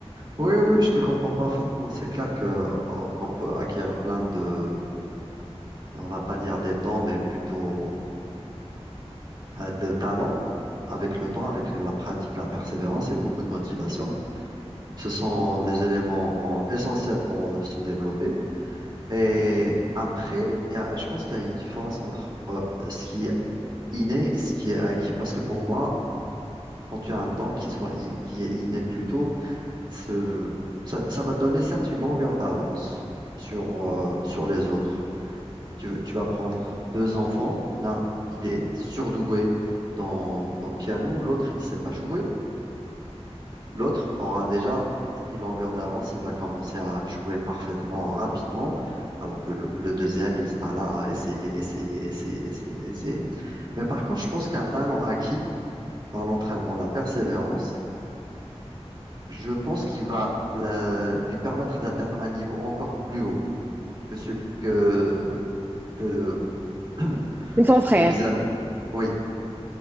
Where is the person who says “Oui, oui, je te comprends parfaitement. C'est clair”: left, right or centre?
Right